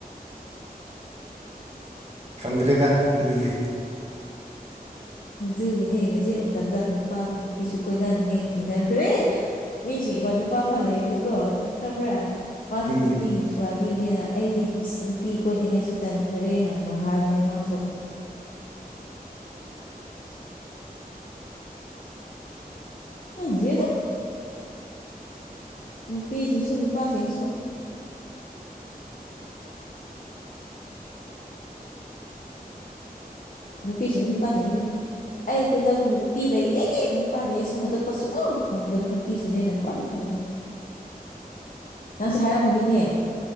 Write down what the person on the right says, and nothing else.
ꯐꯪꯗ꯭ꯔꯦꯗ ꯑꯗꯨꯗꯤ
ꯎꯝ
<inaudible>